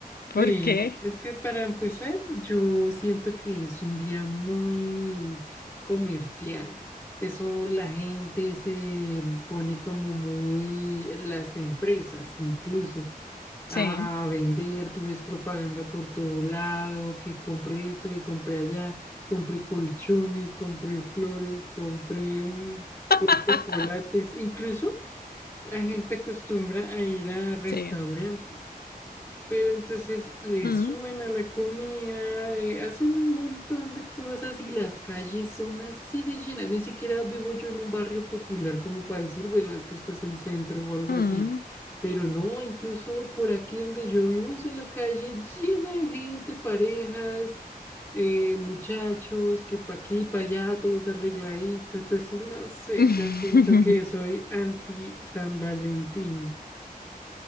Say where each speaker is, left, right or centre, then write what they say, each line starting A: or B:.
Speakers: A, on the left (about 80°); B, on the left (about 15°).
A: ¿Por
B: sí,
A: qué?
B: es que para empezar, yo siento que es un día muy comercial. Eso la gente se pone como muy, las empresas incluso.
A: Sí.
B: a, a vender, tú ves propaganda por todo lado, que compré esto, que compré allá, compré colchones, compré flores, compré mm,
A: <laughs>
B: co- chocolates, incluso la gente acostumbra a ir a restaurantes.
A: Sí.
B: Pero entonces le
A: Mm,
B: suben a la comida, eh, hacen un montón de cosas y las calles son así de llenas. Ni siquiera vivo yo en un barrio popular como para decir, bueno, es que esto es el centro o algo
A: mm.
B: así. Pero no, incluso por aquí donde yo vivo es la calle llena de gente, parejas, eh, muchachos, que pa' aquí, pa' allá, todos arregladitos. Entonces, no sé,
A: <laughs>
B: yo siento que soy anti San Valentín.